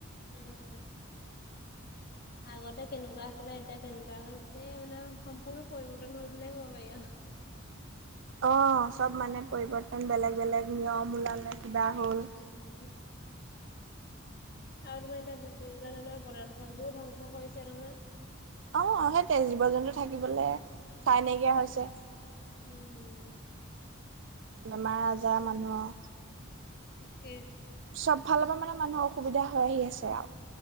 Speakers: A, on the left (about 50°); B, on the right (about 60°).
A: উম উম।
B: <inaudible>
A: আগতে কেনেকুৱা আছিলে এতিয়া কেনেকুৱা হল, গোটেই মানে সম্পূৰ্ণ পৰিৱৰ্তন হল বুলিয়ে ক'ব পাৰি আও।
B: অ চব মানে পৰিৱৰ্তন বেলেগ বেলেগ নিয়ম ওলালে কিবা হ'ল।
A: উম উম্ উম্। আৰু তোমাৰ এতিয়া বিভিন্ন ধৰণৰ বণঞ্চল বোৰ ধ্বংস কৰিছে নহয়।
B: অ আহ সেইটোৱে জীৱ জন্তু থাকিবলে ঠাই নাইকিয়া হৈছে।
A: উম।
B: বেমাৰ আজাৰ মানুহৰ
A: তাকে।
B: চব ফালৰ পৰা মানে মানুহৰ অসুবিধা হৈ আহি আছে আও।